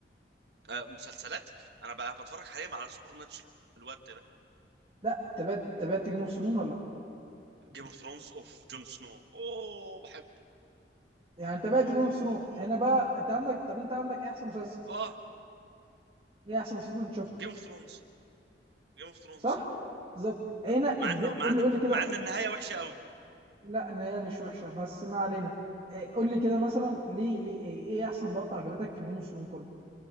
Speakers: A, on the right (about 70°); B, on the right (about 30°).
A: آه مسلسلات انا بقى بتفرج حاليا على سوبر ناتشورال الواد ده
B: لا تابعت تابعت جيم اوف ثرونز ولا لا
A: جيم اوف ثرونز اوف جون سنو اوه بحبه
B: يعني انت بقى
A: اوه
B: جيم اوف ثرونز هنا بقى انت عندك طب انت عندك إيه احسن مسلسل
A: اه
B: ايه احسن مسلسل انت شفته
A: جيم اوف ثرونز جيم اوف ثرونز
B: صح بالظبط هنا ابز...
A: مع انه
B: قول
A: مع انه
B: لي قول لي كده
A: مع ان النهايه وحشه قوي
B: لا النهايه مش وحشه بس ما علينا إيه قول لي كده مثلا ليه ليه ايه, إيه احسن لقطه عجبتك في جيم اوف ثرونز كله